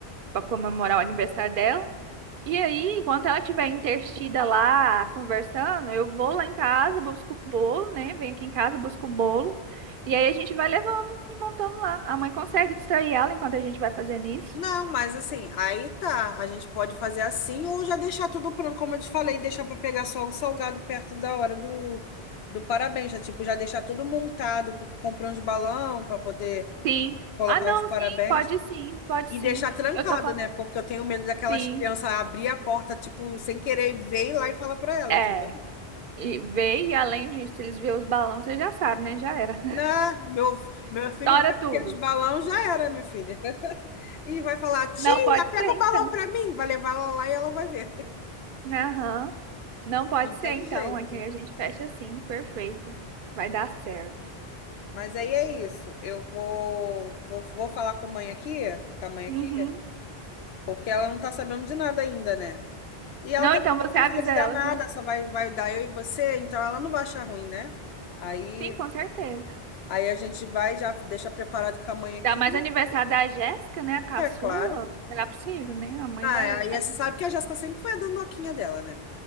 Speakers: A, on the right; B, on the left.
A: para comemorar o aniversário dela. E aí, enquanto ela estiver interstida lá conversando, eu vou lá em casa, busco o bolo, né? Venho aqui em casa, busco o bolo. E aí a gente vai levando e montando lá. A mãe consegue distrair ela enquanto a gente vai fazendo isso?
B: Não, mas assim, aí tá. A gente pode fazer assim ou já deixar tudo pronto, como eu te falei, deixar para pegar só o salgado perto da hora do, do parabéns. Já, tipo, já deixar tudo montado, p- comprar uns balão para poder
A: Sim.
B: colocar
A: Ah, não,
B: os parabéns
A: sim, pode sim, pode
B: e
A: sim.
B: deixar trancado,
A: Eu tô falando,
B: né? Porque eu tenho medo daquelas
A: sim.
B: crianças abrir a porta, tipo, sem querer ver e lá e falar para ela,
A: É.
B: entendeu?
A: E vê, e além disso, eles vê os balões, você já sabe, né? Já era.
B: Não, meu, meu
A: <laughs>
B: filho
A: Tora
B: abriu
A: tudo.
B: aqueles balão, já era, minha filha. <laughs> E vai falar, tia,
A: Não pode
B: pega
A: ser,
B: o
A: então.
B: balão para mim. Vai levar ela lá e ela vai ver.
A: né? Aham. Não
B: <laughs>
A: pode
B: Não tem
A: ser, então.
B: jeito.
A: Aqui a gente fecha assim, perfeito. Vai dar certo.
B: Mas aí é isso. Eu vou, vou, vou falar com a mãe aqui, com a mãe aqui,
A: Uhum.
B: porque ela não tá sabendo de nada ainda, né? E ela
A: Não,
B: também
A: então
B: não
A: você
B: precisa
A: avisa
B: de dar
A: ela
B: nada,
A: que eu.
B: só vai, vai dar eu e você, então ela não vai achar ruim, né? Aí,
A: Sim, com certeza.
B: aí a gente vai, já deixa preparado com a mãe aqui,
A: Dá mais aniversário da Jéssica, né? A caçula.
B: é claro.
A: Será possível, né? A mãe
B: Ah,
A: vai.
B: é, aí
A: vai-
B: você sabe que a Jéssica sempre foi a dondoquinha dela, né?